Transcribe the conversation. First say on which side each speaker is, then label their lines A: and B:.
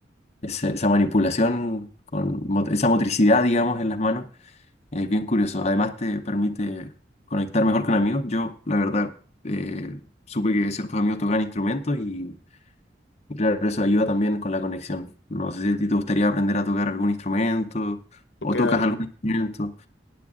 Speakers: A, on the left; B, on the left.
A: esa, esa manipulación, con mot- esa motricidad, digamos, en las manos es bien curioso. Además te permite conectar mejor con amigos. Yo, la verdad, eh, supe que ciertos amigos tocan instrumentos y, y claro, eso ayuda también con la conexión. No sé si a ti te gustaría aprender a tocar algún instrumento
B: ¿Tú
A: o
B: qué,
A: tocas
B: a,
A: algún instrumento.